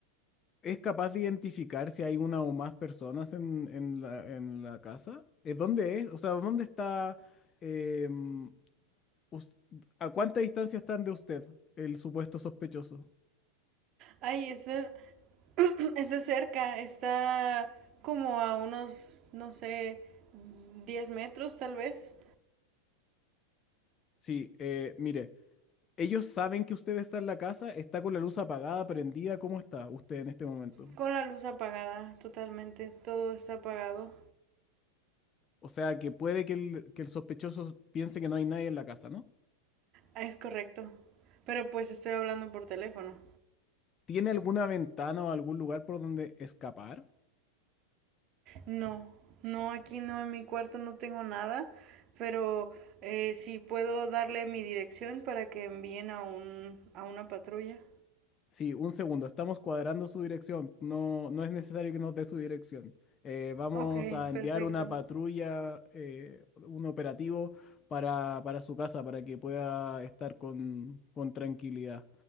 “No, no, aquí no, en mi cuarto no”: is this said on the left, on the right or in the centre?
Right